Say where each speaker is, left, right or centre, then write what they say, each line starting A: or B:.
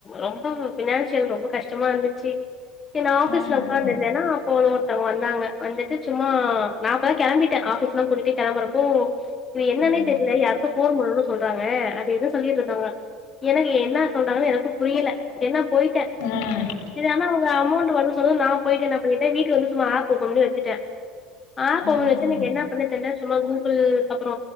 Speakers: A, on the left; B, on the left.
A: ரொம்ப ஃபினான்சியல் ரொம்ப கஷ்டமா இருந்துச்சு நா ஆஃபீஸ்ல
B: ம்
A: உக்காந்து இருந்தேனா அப்போனு ஒருத்தங்க வந் நாங்க வந்துட் ச்சும்மா நா அப்பதா கெளம்பி ஆபிஸ் எல்லா பூட்டிட்டு கெளம்பறப்போ இது என்னன்னே
B: ம்
A: தெர்ல யாருக் சொல்ல சொல்றாங்க அது எதோ சொல்லிட்டு இருந்தாங்க எனக்கு என்ன சொல்றாங்கன்னு எனக்கும் புரியல என்ன போயிட்டே
B: ம்
A: செரி ஆனா அவங்க அமௌண்ட் வருனு சொன்னதும் நா போய்ட்டு என்ன பண்ணிட்டே வீட்ல வந்து சும்மா ஃஆப் ஓப்பன் பண்ணி வச்சுட்டே ஃஆப்
B: ம்
A: ஓப்பன் பண்ணி வச்சு எனக்கு என்ன பண்ண தெர்ல சும்மா கூகுள் அப்றோ